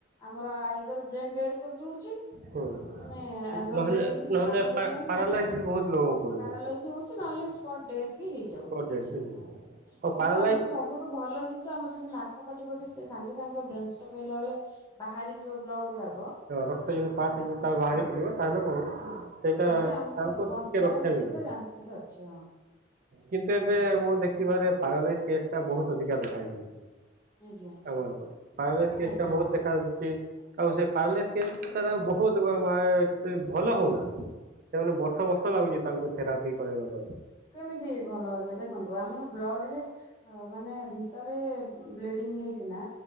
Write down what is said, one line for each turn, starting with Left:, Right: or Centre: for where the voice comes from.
Left: ଆମର ଆଇଦର ବ୍ରେନ ଡେଡ୍ କରିଦଉଛି
Right: ହୁଁ
Left: ମାନେ <unintelligible>
Right: ନହେଲେ
Left: ବ୍ରେନ କିଛି
Right: ନହେଲେ
Left: କାମ
Right: ପା
Left: କରିବନି
Right: ପାରାଲାଇଜ
Left: ନହେଲେ
Right: ବି ବହୁତ ଲୋକଙ୍କୁ କରିଦଉଛି
Left: ପାରାଲାଇସ୍ ହଉ କିନ୍ତୁ ନହେଲେ ସ୍ପଟ୍ ଡେଥ୍ ବି ହେଇଯାଉଛି
Right: ହଁ
Left: କିଛି
Right: ବି
Left: ଲୋକଙ୍କର
Right: ହେଇଯାଉଛି। ଆଉ
Left: କିନ୍ତୁ
Right: ପାରାଲାଇଜ
Left: ଆମର ସବୁଠୁ ଭଲ ଜିନିଷ ଆମର ଯଦି ନାକ ପାଟି ପଟେ ସାଙ୍ଗେ ସାଙ୍ଗ ବ୍ରେନ ଷ୍ଟକ୍ ହେଲା ବେଳେ ବାହାରି ଯିବ ବ୍ଲଡ ଗୁଡାକ
Right: ରକ୍ତ ଯଦି ପାସ୍ ହେଇଯିବ ତାହେ ବାହାରି
Left: ହଁ
Right: ପଡିବ ତାହେଲେ ବହୁତ
Left: ହଁ
Right: ସେଇଟା
Left: ତାହେଲେ ଆମକୁ
Right: ତାଙ୍କୁ
Left: ବଞ୍ଚିବାର
Right: ଟିକେ ରକ୍ଷା
Left: କିଛିଟା
Right: ମିଳୁଛି
Left: ଚାନ୍ସେସ୍ ଅଛି ହଁ।
Right: କିନ୍ତୁ ଏବେ
Left: ହଁ
Right: ମୁଁ ଦେଖିବାରେ ପାରାଲାଇସ୍ କେସ୍ ଟା ବହୁତ ଅଧିକା ଦେଖାଯାଉଛି।
Left: ଆଜ୍ଞା
Right: <unintelligible> ପରାଲାଇସ୍ କେସଟା
Left: ଆଜ୍ଞା।
Right: ବହୁତ ଦେଖାଦେଇଛି ଆଉ ସେ ପରାଲାଇସ୍ କେଶ୍ ରେ ବହୁତ ଭଲ ହଉନାହାନ୍ତି। ସେମାନେ ବର୍ଷ ବର୍ଷ ଲାଗୁଛି ତାଙ୍କୁ ଥେରାପି କରିବା ପାଇଁ।
Left: କେମିତି ଭଲ ହେବେ ଦେଖନ୍ତୁ ଆମର ବ୍ଲଡ ରେ ମାନେ ଭିତରେ ବ୍ଲିଡିଙ୍ଗ ହେଇକିନା